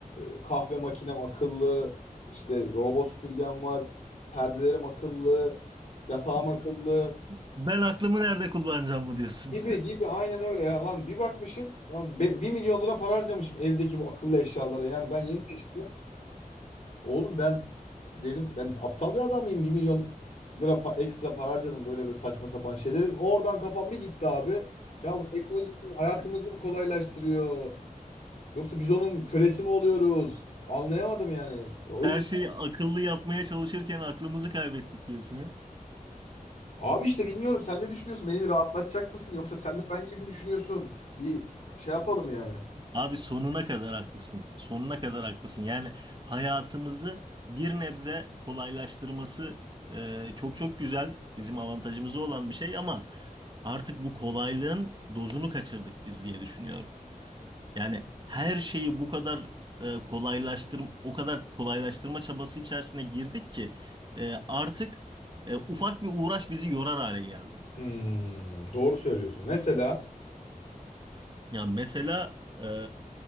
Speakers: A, on the left; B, on the right.
A: e, kahve makinem akıllı, işte robot süpürgem var, perdelerim akıllı, yatağım
B: <laughs>
A: akıllı.
B: Ben aklımı nerede kullanacağım mı diyorsun?
A: Gibi gibi aynen öyle ya lan bir bakmışım ya be- 1 milyon lira para harcamışım evdeki bu akıllı eşyalara yani ben yeni taşındım. Oğlum ben dedim ben aptal bir adam mıyım bir milyon lira pa- ekstra para harcadım böyle böyle saçma sapan şeyleri. Oradan kafam bir gitti abi. Ya bu teknoloji bizim hayatımızı mı kolaylaştırıyor yoksa biz onun kölesi mi oluyoruz? Anlayamadım yani.
B: <laughs>
A: O
B: Her
A: yüzden
B: şeyi akıllı yapmaya çalışırken aklımızı kaybettik diyorsun ha?
A: abi işte bilmiyorum sen ne düşünüyorsun beni bir rahatlatacak mısın yoksa sen de ben gibi mi düşünüyorsun? Bir şey yapalım yani.
B: Abi sonuna kadar haklısın. Sonuna kadar haklısın. Yani hayatımızı bir nebze kolaylaştırması e, çok çok güzel. Bizim avantajımıza olan bir şey ama artık bu kolaylığın dozunu kaçırdık biz diye düşünüyorum. Yani her şeyi bu kadar e, kolaylaştır o kadar kolaylaştırma çabası içerisine girdik ki e, artık e, ufak bir uğraş bizi yorar hale geldi.
A: Hmm, doğru söylüyorsun. Mesela
B: Ya mesela e,